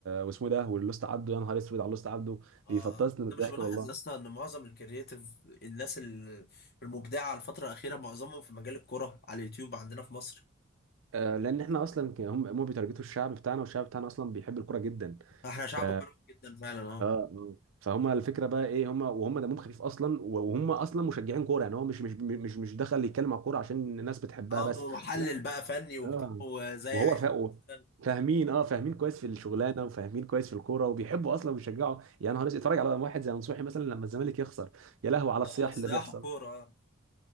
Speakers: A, on the right; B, on the left.
A: واسمه ده واللوست عبده يا نهار اسود على اللوست عبده
B: اه
A: بيفطسني
B: انت
A: من الضحك
B: مش ملاحظ
A: والله
B: يا اسطى ان معظم الكرييتيف الناس ال- المبدعه الفتره الاخيره معظمهم في مجال الكره على اليوتيوب عندنا في مصر
A: آه، لان احنا اصلا ك- هم هم بيتارجتوا الشعب بتاعنا والشعب بتاعنا اصلا بيحب الكوره جدا
B: احنا شعب
A: ف
B: كروي جدا فعلا اه
A: اه اه فهم الفكره بقى ايه هم وهم دمهم خفيف اصلا وهم اصلا مشجعين كوره يعني هو مش مش مش مش دخل يتكلم على الكوره عشان الناس بتحبها
B: اه
A: بس
B: محلل
A: لا
B: بقى فني وبتاع
A: اه
B: وزي
A: وهو
B: عيد
A: فا
B: مثلا
A: فاهمين اه فاهمين كويس في الشغلانه وفاهمين كويس في الكوره وبيحبوا اصلا وبيشجعوا يعني نهار أسود، اتفرج على واحد زي نصوحي مثلا لما الزمالك يخسر يا لهو على الصياح
B: اه
A: اللي
B: صياح
A: بيحصل
B: كوره